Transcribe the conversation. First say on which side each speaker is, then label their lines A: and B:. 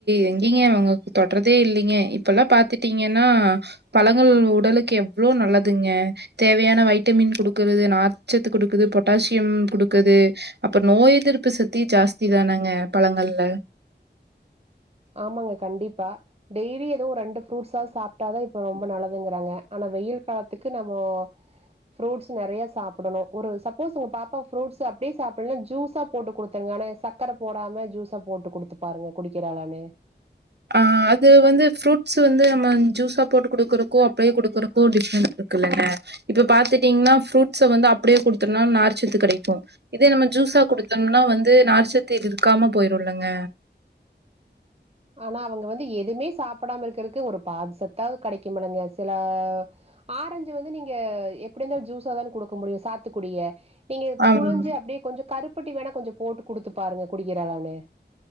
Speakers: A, on the right (about 65°); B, on the right (about 35°).
A: எங்கீங்க உங்க தொட்றதே இல்லைங்க இப்பல்லா பாத்து கிடீங்கன்னா பழங்கள் உடலுக்கு எவ்ளோ நல்லதுங்க தேவையான வைட்டமின் கொடுக்க நாச்சத்து குடுக்குது பொட்டாசியம் குடுக்குது அப்ப நோய் எதிர்ப்பு சக்தி ஜாஸ்தி தான பழங்கள்ல
B: ஆமாங்க கண்டிப்பா டெய்லி எதுவு ஒரு ரெண்டு ப்ரூட்ஸ் சாது சாப்ட்டாதா இப்ப ரொம்ப நல்லதுங்குறாங்க ஆனா வெயில் காலத்துக்கு நம்ம ஃப்ரூட்ஸ் நெறயா சாப்டணு ஒரு சப்போஸ் உங்க பாப்பா புரூட்ஸ் அப்டியே சாப்ல்னா ஜூஸா போட்டு குடுத்துருங்க ஆனா சக்கர போடாம ஜூஸா போட்டு குடுத்து பாருங்க குடிக்கறாளானு
A: ஆ அது வந்து ஃப்ரூட்ஸ் வந்து நம்ம ஜூஸா போட்டு குடுக்கறக்கு அப்டியே குடுக்கறக்கு டிஃப்ரெண்ட் இரு க்கல்லங்க இப்ப பாத்துட்டீங்கனா ஃப்ரூட்ஸ வந்து அப்டியே குடுத்தனா நார்ச்சத்து கெடைக்கு இதே நம்ம ஜூ சா குடுத்தம்னா வந்து நார்ச்சத்து இதுக்கு இருக்காம போயிருல்லங்க
B: ஆனா அவுங்க வந்து எதுமே சாப்டாம இருக்கறக்கு ஒரு பாதி சத்தாவது கெடைக்குமல்லங்க சில ஆ ரஞ்சு வந்து நீங்க எப்டி இந்தாலு ஜூஸாதான குடுக்க முடியு சாத்துக்கொடிய நீங்க
A: ஆமா
B: புழிஞ்சு அப்டியே கொஞ்சோ கருப்பட்டி வேணா கொஞ்சோ போட்டு குடுத்து பாருங்க குடிக்கிறாளானு